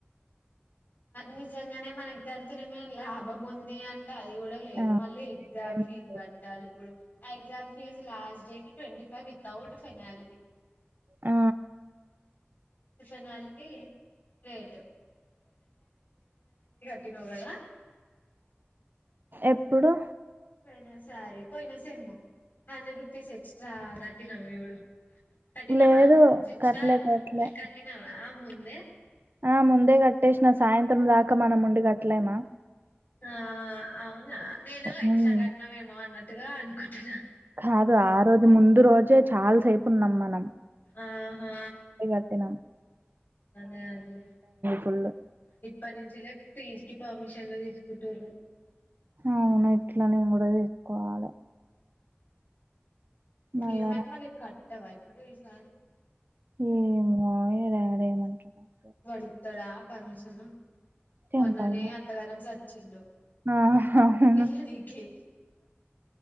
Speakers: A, on the left; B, on the right.
A: నిజంగానే మనకు దాంతోనేమన్న లాభం ఉంది అం అది గుడ లేదు
B: ఆ!
A: మళ్ళీ ఎగ్జామ్
B: ఏం లేదు.
A: ఫీజ్ కట్టాలి ఇప్పుడు ఆ exam fees last date twenty five without finality
B: ఆ
A: ఫెనాల్టీ లేట్ నవ్ గద
B: ఎప్పుడు
A: పోయినా సారీ పోయిన సెమ్ము హండ్రెడ్ రూపీస్ ఎక్స్ట్రా క కట్టినవు జుడు కట్టినవా
B: లేదు.
A: ఎక్స్ట
B: కట్టలే, కట్టలే.
A: కట్టినవా ముందే
B: ఆ ముందే కట్టేసిన సాయంత్రం దాకా మనం ఉండి కట్టలేమా
A: ఆ అవునా నేను ఎక్స్ట్రా
B: హ్మ్.
A: కట్టినవేమో అన్నట్టుగా అనుకుంటున్నా
B: కాదు ఆ రోజు ముందు రోజే చాలాసేపు ఉన్నాం మనం
A: ఆహా
B: కట్టిణం <inaudible>
A: అదే అదే
B: ఫుల్
A: ఎప్పటి నుంచి ఫీస్కి పర్మిషన్ ఎంత తీసుకుంటారు
B: అవున ఇట్ల నేను కూడా తీసుకోవాలి మళ్ళా
A: ఏమని
B: రా
A: మళ్ళీ కట్టవా ఇప్పుడు ఈసారి
B: ఏమో ఏం <inaudible>
A: వడుస్తాడా పర్మిషన్
B: టెన్
A: మొన్ననే
B: థౌసండ్
A: అంతగానం సచ్చిండు
B: అవును
A: ఎవరికి